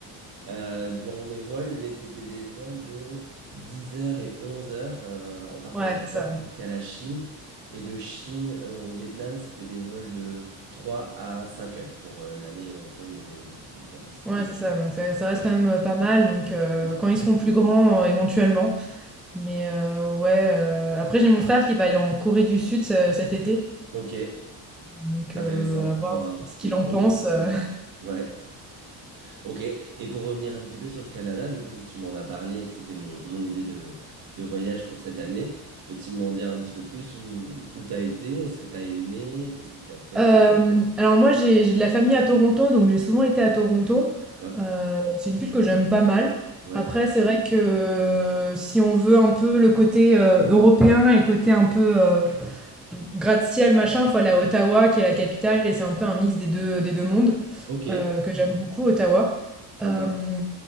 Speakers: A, on the right; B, in the centre.
A: <laughs> euh, durant mes vols, mais c'était des vols de dix heures et 11h en partant
B: ouais,
A: d'Europe
B: c'est ça.
A: jusqu'à la Chine. Et de Chine euh, au Vietnam, c'était des vols de 3 à 5 heures. Pour euh, l'aller et le retour, il y avait une petite différence.
B: Ouais, c'est ça, donc ça ça
A: Voilà,
B: reste quand même, heu, pas mal, donc heu,
A: c'est
B: quand
A: ça.
B: ils seront plus grands, heu, éventuellement, mais heu, ouais, heu, après j'ai mon frère qui va aller en Corée du Sud ce cet été,
A: Ok,
B: donc
A: intéressant.
B: heu, à voir
A: Tu auras un petit
B: ce qu'il
A: écho
B: en pense,
A: du coup.
B: heu.
A: euh, ouais. Ok, et pour revenir un petit peu sur le Canada, du coup, vu que tu m'en as parlé et que c'était mon, mon idée de, de voyage pour cette année, peux-tu m'en dire un petit peu plus où, où t'as été? Est-ce que t'as aimé? Qu'est-ce que tu as fait?
B: Hem, <laughs> alors moi j'ai j'ai de la famille à Toronto, donc j'ai souvent été à Toronto,
A: Top.
B: heu, c'est une ville que j'aime pas mal.
A: Ouais.
B: Après c'est vrai que euh, si on veut un peu le côté, heu, européen et le côté un peu, heu gratte-ciel, machin, faut aller à Ottawa, qui est la capitale, et c'est un peu un mix des deux, des deux mondes,
A: Ok,
B: euh, que j'aime beaucoup, Ottawa.
A: sympa.
B: Euh,